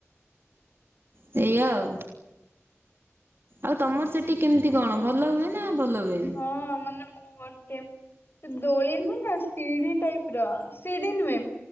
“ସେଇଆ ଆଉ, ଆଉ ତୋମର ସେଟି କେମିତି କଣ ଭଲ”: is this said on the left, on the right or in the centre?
Right